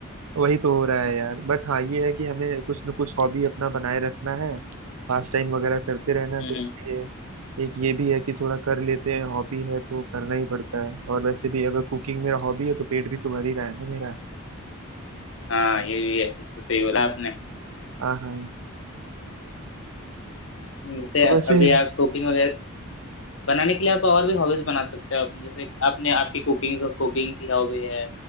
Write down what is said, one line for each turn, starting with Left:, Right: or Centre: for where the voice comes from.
Right: वही तो हो रहा है यार बट हाँ ये है कि हमें कुछ ना कुछ हॉबी अपना बनाए रखना है पास टाइम वगैरह करते रहना है
Left: हम्म
Right: तो इसलिए एक ये भी है कि थोड़ा कर लेते हैं हॉबी है तो करना ही पड़ता है और वैसे भी अगर कुकिंग मेरा हॉबी है तो पेट भी तो भर ही रहा है ना मेरा
Left: हाँ ये भी है ये तो सही बोला आपने
Right: हाँ हाँ
Left: जैसे
Right: तो वैसे
Left: अभी आप कुकिंग वगैरह बनाने के लिए आप और भी हॉबीज बना सकते हो अपने जैसे आपने आपकी कुकिंग कुकिंग की हॉबी है